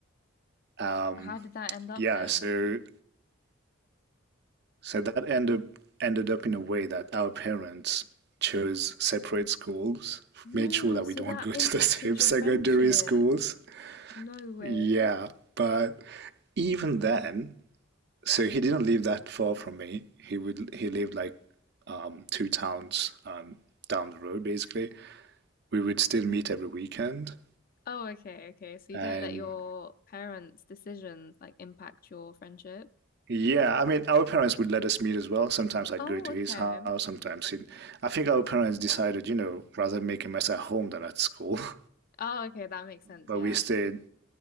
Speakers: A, on the right (about 55°); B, on the left (about 45°).
A: Um,
B: How did that end up
A: yeah,
B: then?
A: so so that ended ended up in a way that our parents chose separate schools,
B: No,
A: made sure that
B: so
A: we don't
B: that
A: go to
B: impacted
A: the <laughs> same secondary
B: your friendship.
A: schools.
B: No way.
A: Yeah, but even then, So he didn't live that far from me. He would he lived like um, two towns um, down the road, basically. We would still meet every weekend,
B: Oh, okay, okay. So you
A: and
B: didn't let your parents' decisions like impact your friendship?
A: yeah, I mean, our parents would let us meet as well. Sometimes I'd
B: Oh,
A: go to
B: okay.
A: his house. Sometimes he. I think our parents decided, you know, rather make a mess at home than at school. <laughs>
B: Oh, okay. That makes sense.
A: But
B: Yeah.
A: we stayed